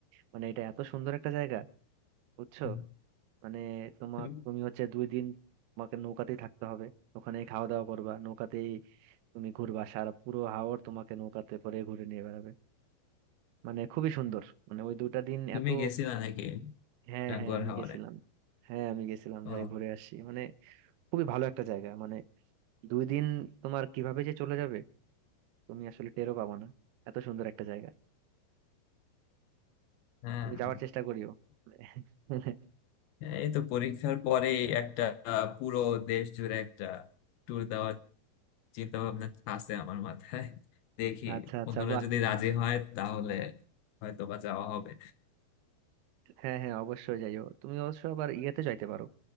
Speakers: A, on the right; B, on the left.
A: মানে এটা এত সুন্দর একটা জায়গা বুঝছো
B: হুম।
A: মানে তোমার
B: তুমি
A: তুমি হচ্ছে দুই দিন তোমাকে নৌকাতেই থাকতে হবে ওখানে খাওয়া দাওয়া করবা নৌকাতেই তুমি ঘুরবা সারা পুরো হাওর তোমাকে নৌকাতে করে ঘুরে নিয়ে বেড়াবে মানে খুবই সুন্দর মানে ওই দুটা দিন
B: তুমি
A: এত
B: গেছিলা নাকি
A: হ্যাঁ
B: টাঙ্গুয়ার
A: হ্যাঁ আমি
B: হাওরে
A: গেছিলাম হ্যাঁ আমি গেছিলাম
B: ও
A: যাই ঘুরে আসি মানে খুবই ভালো একটা জায়গা মানে দুই দিন তোমার কিভাবে যে চলে যাবে তুমি আসলে টেরও পাবা না এত সুন্দর একটা জায়গা
B: হ্যাঁ
A: তুমি
B: হ্যাঁ।
A: যাওয়ার চেষ্টা করিও <laughs>
B: হ্যাঁ, এই তো পরীক্ষার পরে একটা পুরো দেশ জুড়ে একটা ট্যুর দেওয়ার চিন্তা ভাবনা আছে আমার মাথায় দেখি
A: আচ্ছা আচ্ছা
B: অন্যরা
A: বাহ
B: যদি রাজি হয় তাহলে হয়তো বা যাওয়া হবে
A: হ্যাঁ হ্যাঁ অবশ্যই যাইও তুমি অবশ্য আবার ইয়েতে যাইতে পারো